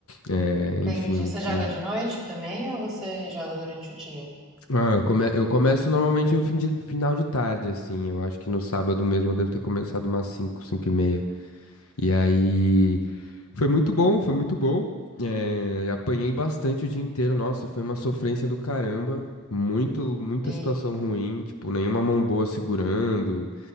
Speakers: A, on the left (about 70°); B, in the centre.
A: É, enfim,
B: Entendi. Você joga
A: não,
B: de noite também ou você joga durante o dia?
A: Ah, eu, come- eu começo normalmente no fim de- final de tarde, assim. Eu acho que no sábado mesmo eu devo ter começado umas cinco, 5 e meia. E aí foi muito bom, foi muito bom. Eh, apanhei bastante o dia inteiro. Nossa, foi uma sofrência do caramba. Muito, muita
B: Eita.
A: situação ruim, tipo, nenhuma mão boa segurando